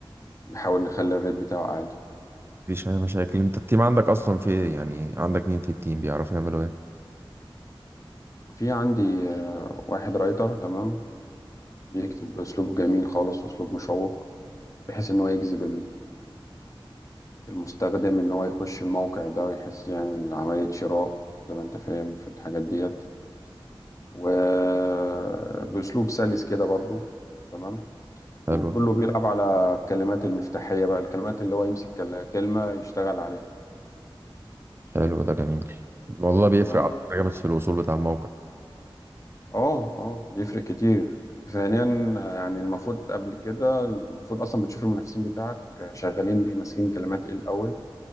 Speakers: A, on the left (about 35°); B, on the right (about 25°).
A: نحاول نخلي الريت بتاعه عالي
B: مفيش اي مشاكل انت التيم عندك اصلا في ايه يعني عندك مين في التيم بيعرفوا يعملوا ايه
A: في عندي آه، واحد رايتر تمام بيكتب بأسلوب جميل خالص وأسلوب مشوق بحيث إن هو يجذب المستخدم ان هو يخش الموقع ده يحس يعمل عملية شراء زي ما انت فاهم في الحاجات ديت وبأسلوب سلس كده برضو تمام
B: حلو
A: وكله بيلعب على الكلمات المفتاحية بقى الكلمات اللي هو يمسك كل- كلمة يشتغل عليها
B: حلو ده جميل الموضوع ده بيفرق
A: تمام
B: على فكرة جامد في الوصول بتاع الموقع
A: اه اه بيفرق كتير ثانيا يعني المفروض قبل كده المفروض اصلا بتشوف المنافسين بتاعك شغالين ايه ماسكين كلمات ايه الاول